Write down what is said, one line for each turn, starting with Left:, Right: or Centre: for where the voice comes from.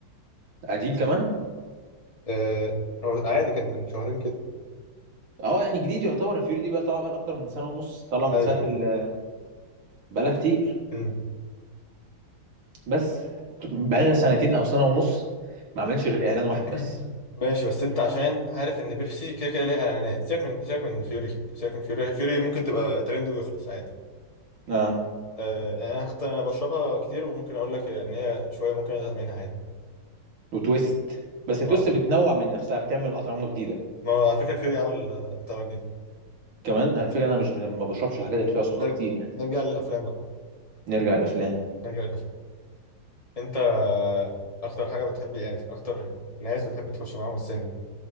Right: قديم كمان
Left: آه هو عادي كان من شهرين كده
Right: اه يعني جديد يعتبر الفيوري دي بقى طالعه بقى اكتر من سنه ونص طالعه من
Left: ايوه
Right: ساعه
Left: ايوه
Right: ال- بقالها كتير
Left: مم.
Right: بس بقالها سنتين او سنه ونص ما عملتش غير اعلان واحد
Left: <clears throat>
Right: بس
Left: ماشي بس انت عشان عارف ان بيبسي كده كده ليها اعلانات سيبك من سيبك من فيوري سيبك من فيوري فيوري ممكن تبقى ترند ويخلص عادي
Right: اه
Left: آه يعني انا حتى انا بشربها كتير وممكن اقول لك ان هي شويه ممكن ازهق منها عادي
Right: وتويست بس تويست
Left: ما
Right: بتنوع من نفسها بتعمل اطعمه جديده
Left: ما هو على فكره فيوري عمل آه، بتاع جديد
Right: كمان انا الفكره انا مش ما بشربش الحاجات اللي فيها صودا
Left: نرجع
Right: كتير يعني
Left: نرجع للافلام بقى
Right: نرجع للافلام
Left: نرجع للافلام انت اكتر حاجه بتحب يعني اكتر ناس بتحب تخش معاهم السينما